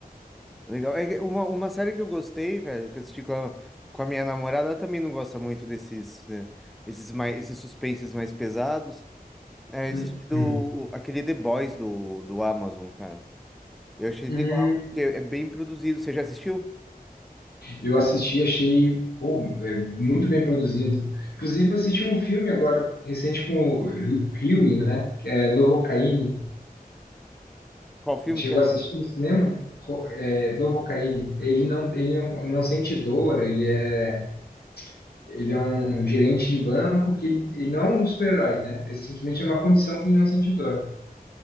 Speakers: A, in the centre; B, on the left.
A: Legal. É que uma, uma série que eu gostei, velho, que eu assisti com a, com a minha namorada, ela também não gosta muito desses, né, esses mais, esses suspenses mais pesados. É, eu
B: Hum,
A: assisti do,
B: Uhum.
A: o- aquele The Boys do, do Amazon, cara. Eu achei
B: Hum,
A: legal, porque é bem produzido. Você já assistiu?
B: Eu assisti, achei pô, é, muito bem produzido. Inclusive, eu assisti um filme agora recente com o Hu- Hughie, né? Que é Novocaine.
A: Qual filme
B: Chegou
A: que é?
B: a assistir no cinema? Co- É, Novocaine. Ele não, ele não, não sente dor, ele é, ele é um gerente de banco que ele, ele não é um super-herói, né? Ele simplesmente é uma condição que ele não sente dor.